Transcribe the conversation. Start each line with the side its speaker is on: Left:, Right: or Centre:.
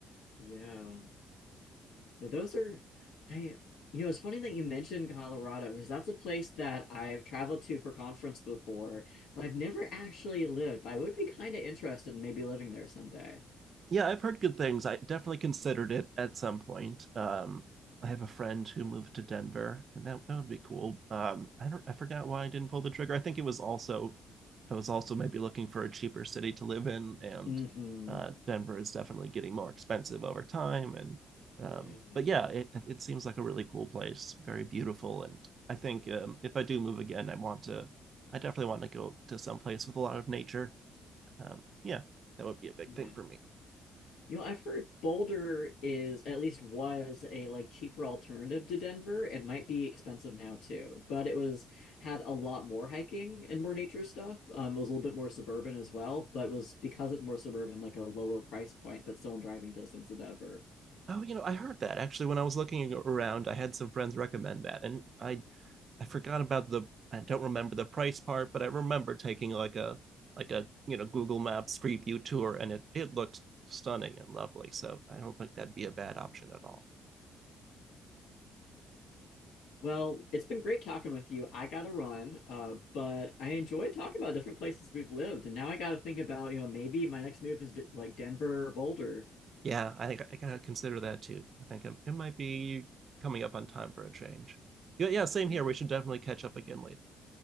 Left: Yeah, but those are, I, you know, it's funny that you mentioned Colorado because that's a place that I've traveled to for conference before, but I've never actually lived. I would be kind of interested in maybe living there someday.
Right: yeah, I've heard good things. I definitely considered it at some point. Um, I have a friend who moved to Denver, and that that would be cool. Um, I don't, I forgot why I didn't pull the trigger. I think it was also, I was also maybe looking for a cheaper city to live in, and
Left: hmm
Right: uh, Denver is definitely getting more expensive over time. And um,
Left: Yeah.
Right: but yeah, it it seems like a really cool place, very beautiful, and I think um, if I do move again, I want to, I definitely want to go to some place with a lot of nature. Um, yeah, that would be a big
Left: Yeah.
Right: thing for me.
Left: You know, I've heard Boulder is at least was a like cheaper alternative to Denver. It might be expensive now too, but it was had a lot more hiking and more nature stuff. Um, it was a little bit more suburban as well, but was because it's more suburban, like a lower price point, but still in driving distance of Denver.
Right: Oh, you know, I heard that actually when I was looking around. I had some friends recommend that, and I, I forgot about the. I don't remember the price part, but I remember taking like a, like a you know Google Maps Street View tour, and it it looked stunning and lovely. So I don't think that'd be a bad option at all.
Left: Well, it's been great talking with you. I gotta run, uh, but I enjoyed talking about different places we've lived, and now I gotta think about, you know, maybe my next move is d like Denver or Boulder.
Right: Yeah, I think I gotta consider that too. I think it might be coming up on time for a change. Yeah, yeah, same
Left: Yeah,
Right: here. We should definitely catch up again later.